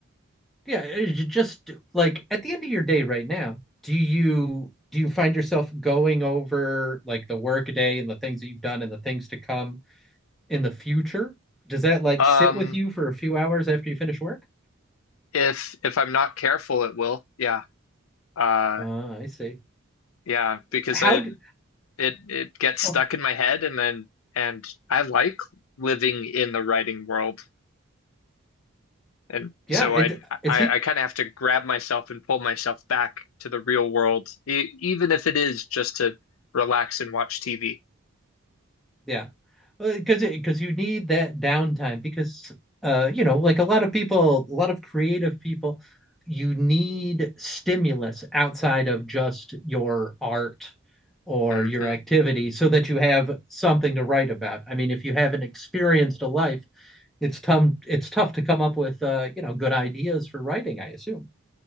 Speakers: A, in the centre; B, on the left.
A: Yeah, it- j- just like at the end of your day right now, do you do you find yourself going over like the work day and the things that you've done and the things to come in the future? Does that like
B: Um,
A: sit with you for a few hours after you finish work?
B: if if I'm not careful, it will. Yeah. Uh,
A: Uh, I see.
B: yeah, because
A: How
B: I
A: d
B: it it gets
A: so
B: stuck in my head and then and I like living in the writing world. And
A: yeah,
B: so
A: it
B: I
A: it
B: I,
A: seems
B: I kind of have to grab myself and pull myself back to the real world, e even if it is just to relax and watch TV.
A: Yeah. Because because you need that downtime because uh you know like a lot of people a lot of creative people you need stimulus outside of just your art or
B: hmm
A: your activity so that you have something to write about. I mean if you haven't experienced a life it's tum it's tough to come up with uh you know good ideas for writing I assume.